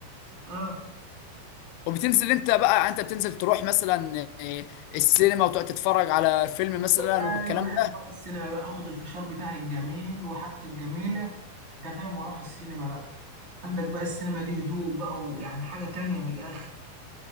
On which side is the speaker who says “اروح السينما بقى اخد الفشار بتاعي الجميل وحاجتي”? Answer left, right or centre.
Right